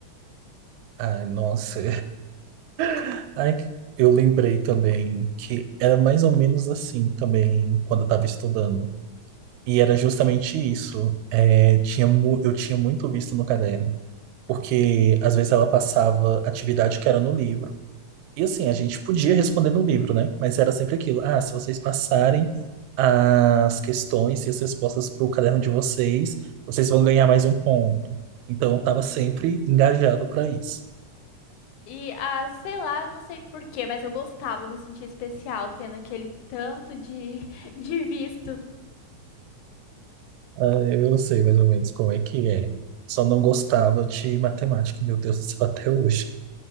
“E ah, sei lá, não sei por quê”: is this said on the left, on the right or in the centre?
Left